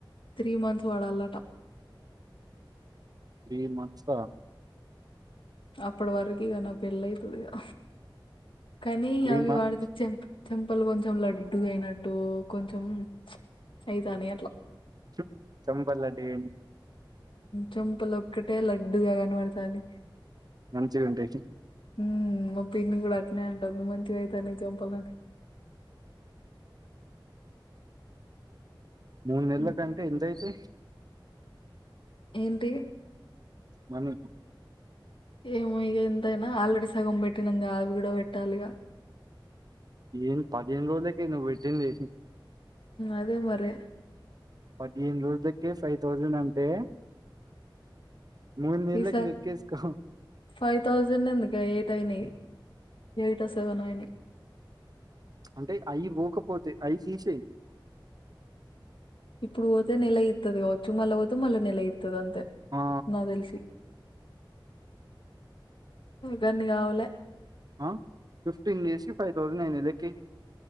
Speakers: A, on the left; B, on the right.
A: త్రీ మంత్స్ వాడాలట
B: త్రీ మంత్స్
A: అప్పటి వరకు ఇక నా పెళ్ళ అయితుంది ఇగా కానీ
B: త్రీ
A: అవి
B: మంత్స్
A: వాడితే చెం చెంపలు కొంచెం లడ్డు అయినట్టు కొంచెం అయితానే అట్లా
B: చ్ చెంపలు లడ్డు
A: చంపలు ఒక్కటే లడ్డుగా కనపడతి
B: గంచి గంటే
A: ఉ మా పిన్ని కూడా అట్నే అంటుంది మంచిగా అవుతా చంపాలని
B: మూడు నెలల
A: హ్మ్
B: కంటే ఎంతయితే
A: ఏంటి
B: మన
A: ఏమో ఇక ఎంతైనా ఆల్రెడీ సగం పెట్టినం ఆవి కూడా పెట్టాలిక
B: ఏం పదిహేను రోజులకి నువ్వు పెట్టింది
A: అదే మరి
B: పదిహేను రోజులకే ఫైవ్ థౌజండ్ అంటే మునెలకి
A: ఈసారి
B: లేకఏసుకో
A: ఫైవ్ థౌజండ్ ఎందిక ఎయిట్ అయినా ఎయిట్ సెవెన్ అయినా
B: అంటే అయి పోకపోతే అయి తీసేయి
A: ఇప్పుడు పోతే నెల ఇతుది కావచ్చు మళ్ళా పోతే మళ్ళీ నెల ఇస్తుది అంతే
B: ఆ!
A: నాకు తెలిసి గన్ని కావాలే
B: ఆ ఫిఫ్టీన్ డేసి ఫైవ్ థౌసండ్ అయింది లేకేయ్